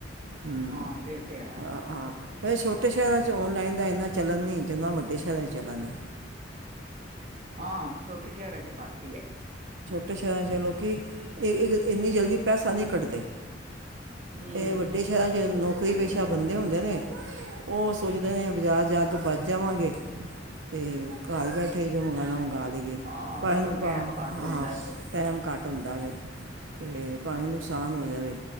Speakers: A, on the right; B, on the right.
A: ਹੂੰ,
B: ਹਾਂ ਫੇਰ ਤੇ ਹੈ
A: ਆ ਹਾ। ਇਹ ਛੋਟੇ ਸ਼ਹਿਰਾਂ 'ਚ ਔਨਲਾਈਨ ਤਾਂ ਇੰਨਾ ਚਲਨ ਨੀਂ ਜਿੰਨਾਂ ਵੱਡੇ ਸ਼ਹਿਰਾਂ 'ਚ ਚਲਨ ਏ।
B: ਹਾਂ ਛੋਟੇ ਸ਼ਹਿਰਾਂ ਚ ਘੱਟ ਈ ਏ।
A: ਟੇ ਸ਼ੈਰਾਂ ਚ ਲੋਕੀ ਇੱਕ ਇੰਨੀ ਜਲਦੀ ਪੈਸਾ ਨੀਂ ਕੱਢਦੇ
B: ਹਮ
A: ਤੇ ਵੱਡ ਡੇ ਸ਼ਹਿਰਾਂ 'ਚ ਨੌਕਰੀ-ਪੇਸ਼ਾ ਬੰਦੇ ਹੁੰਦੇ ਨੇ ਓ ਸੋਚਦੇ ਨੇ ਬਾਜਾਰ ਜਾਨ ਤੋਂ ਬਚ ਜਾਵਾਂਗੇ ਤੇ ਘਰ ਬੈਠੇ ਜੋ ਮੰਗਵਾਣਾ ਮੰਗਾ ਲਈਏ
B: ਹਾਂ ਉਹਨਾਂ
A: ਪਰ
B: ਕੋਲ ਟੈਮ
A: ਪਰ
B: ਘੱਟ
A: ਹਾਂ
B: ਹੁੰਦਾ
A: ਟੈਮ ਘੱਟ ਹੁੰਦਾ ਵੇ ਤੇ ਭਾਵੇਂ ਨੁਕਸਾਨ ਹੋ ਜਾਵੇ।